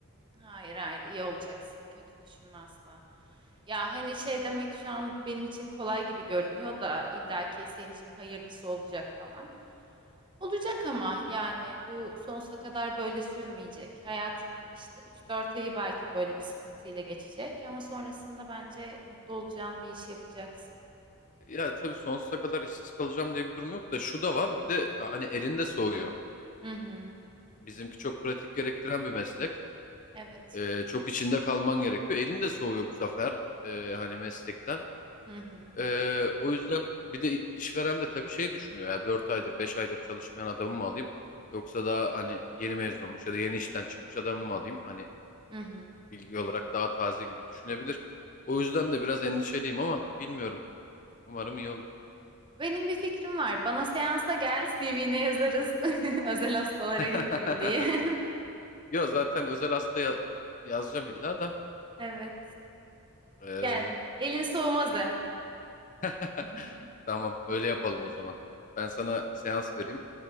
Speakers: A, on the right; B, on the left.
A: Hayır hayır iyi olacaksın. Kötü düşünme asla. Ya hani şey demek şu an benim için kolay gibi görünüyor da illaki senin için hayırlısı olacak falan. Olacak ama yani bu sonsuza kadar böyle sürmeyecek. Hayatının işte üç dört ayı belki böyle bir sıkıntıyla geçecek ama sonrasında bence mutlu olacağın bir işi yapacaksın.
B: Ya tabii sonsuza kadar işsiz kalacağım diye bir durum yok da şu da var. Bir de hani elinde soğuyor.
A: Hı hı.
B: Bizimki çok pratik gerektiren bir meslek.
A: Evet.
B: E, çok içinde kalman gerekiyor. Elinde soğuyor bu sefer e, hani meslekten.
A: Hı hı.
B: Ee, o yüzden bir de işveren de tabii şey düşünüyor ya 4 aydır 5 aydır çalışmayan adamı mı alayım yoksa daha hani yeni mezun olmuş ya da yeni işten çıkmış adamı mı alayım hani
A: Hı hı.
B: bilgi olarak daha taze gibi düşünebilir. O yüzden de biraz endişeliyim ama bilmiyorum. Umarım iyi olur.
A: Benim bir fikrim var. Bana seansa gel, CV'ne yazarız. <laughs> Özel hastalara
B: <laughs>
A: gittim diye. <laughs>
B: Yok zaten özel hasta ya- yazacağım illa da.
A: Evet.
B: Ee,
A: Yani elin soğumaz hem.
B: <laughs>
A: <laughs>
B: tamam öyle yapalım o zaman. Ben sana seans vereyim.